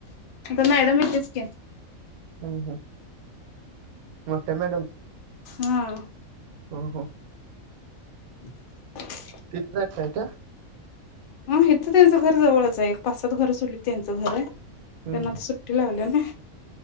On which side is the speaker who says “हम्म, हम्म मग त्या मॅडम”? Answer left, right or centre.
Right